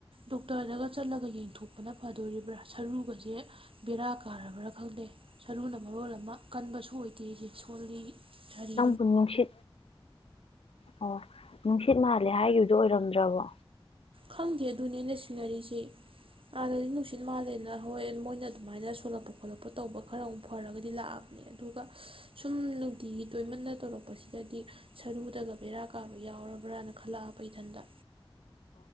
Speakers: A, on the right; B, on the left.
A: ꯗꯣꯛꯇꯔꯗꯒ ꯆꯠꯂꯒ ꯌꯦꯡꯊꯣꯛꯄꯅ ꯐꯗꯣꯔꯤꯕ꯭ꯔꯥ ꯁꯔꯨꯒꯁꯦ ꯕꯦꯔꯥ ꯀꯥꯔꯕ꯭ꯔꯥ ꯈꯪꯗꯦ ꯁꯔꯨꯅ ꯃꯔꯣꯜ ꯑꯃ ꯀꯟꯕꯁꯨ ꯑꯣꯏꯗꯦ ꯑꯩꯁꯦ ꯁꯣꯜꯂꯤ ꯁꯔꯤ
B: ꯄꯨꯟꯁꯤ ꯑꯣ ꯅꯨꯡꯁꯤꯠ ꯃꯥꯜꯂꯦ ꯍꯥꯏꯈꯤꯕꯗꯨꯣ ꯑꯣꯏꯔꯝꯗ꯭ꯔꯕꯣ
A: ꯈꯪꯗꯦ ꯑꯗꯨꯅꯦꯅꯦ ꯁꯤꯅꯔꯤꯁꯤ ꯑꯥꯗꯗꯤ ꯅꯨꯡꯁꯤꯠ ꯃꯥꯜꯂꯦꯅ ꯍꯣꯏ ꯃꯣꯏꯅ ꯑꯗꯨꯃꯥꯏꯅ ꯁ ꯁꯣꯂꯛꯄ ꯈꯣꯠꯂꯛꯄ ꯇꯧꯕ ꯈꯔ ꯑꯃ ꯐꯔꯒꯗꯤ ꯂꯥꯛꯑꯕꯅꯦ ꯑꯗꯨꯒ ꯁꯨꯝ ꯅꯨꯡꯇꯤꯒꯤ ꯇꯣꯏꯃꯟꯅ ꯇꯧꯔꯛꯄꯁꯤꯗꯗꯤ ꯁꯔꯨ ꯑꯗꯨꯒ ꯕꯦꯔꯥ ꯀꯥꯕ ꯌꯥꯎꯔꯕ꯭ꯔꯥꯅ ꯈꯜꯂꯛꯑꯕ ꯏꯊꯟꯗ